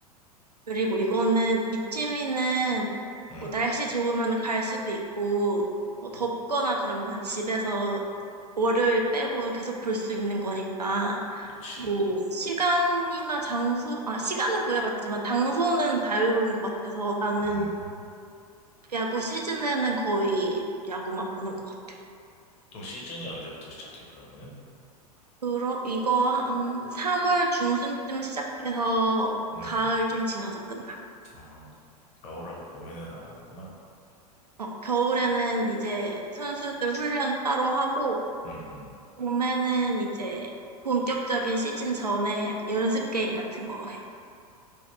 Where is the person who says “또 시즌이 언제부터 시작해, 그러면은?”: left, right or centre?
Left